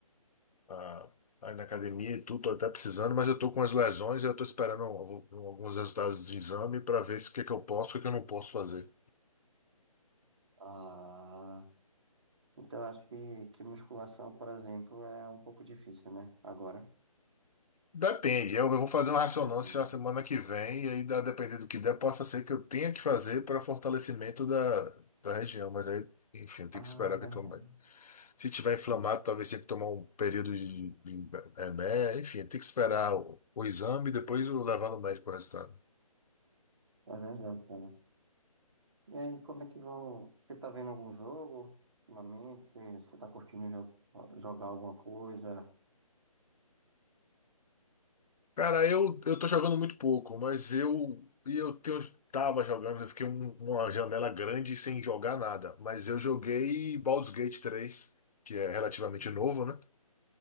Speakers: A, on the left; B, on the right.
A: a- a ir na academia e tudo, tô até precisando, mas eu tô com as lesões e eu tô esperando algum- alguns resultados de exame para ver se o que que eu posso e o que eu não posso fazer.
B: Ah, então eu acho que, que musculação, por exemplo, é um pouco difícil, né? Agora.
A: Depende, eu eu vou fazer uma ressonância
B: Depende.
A: na semana que vem, e aí, dá- dependendo do que der, possa ser que eu tenha que fazer para fortalecimento da, da região, mas aí, enfim, tem
B: Ah,
A: que esperar
B: verdade.
A: que eu Se tiver inflamado, talvez tenha que tomar um período de, de remédio, enfim, tem que esperar o, o exame e depois eu levar no médico o resultado.
B: É verdade, cara. E aí, como é que vão? Você tá vendo algum jogo ultimamente? Você, você tá curtindo jo- jogar alguma coisa?
A: Cara, eu, eu tô jogando muito pouco, mas eu, e eu tenho, tava jogando, eu fiquei um- uma janela grande sem jogar nada, mas eu joguei Baldur's Gate 3, que é relativamente
B: Hum.
A: novo, né?